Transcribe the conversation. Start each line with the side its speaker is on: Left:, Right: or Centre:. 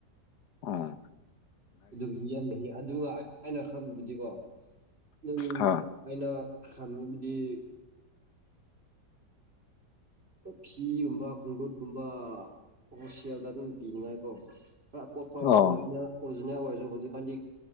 Left: ꯑꯥ
Right: ꯑꯗꯨꯒꯤꯗꯤ ꯌꯦꯅꯅꯤ ꯑꯗꯨꯒ ꯑꯩꯅ ꯈꯪꯕꯕꯨꯗꯤꯀꯣ ꯅꯪ
Left: ꯍꯥ
Right: ꯑꯥꯏꯅꯥ ꯈꯥꯟꯅꯕꯕꯗꯤ ꯐꯤꯒꯨꯝꯕ ꯈꯣꯡꯒꯨꯠꯒꯨꯝꯕ ꯑꯣꯣꯗ ꯑꯗꯨꯝ ꯄꯤꯅꯤꯡꯉꯥꯏ ꯀꯣ ꯈꯔ ꯄꯣꯠ ꯐꯕ
Left: ꯑꯣ
Right: ꯑꯣꯖꯤ ꯐꯅ ꯑꯣꯏꯔꯁꯨ ꯍꯧꯖꯤꯛꯀꯥꯟꯗꯤ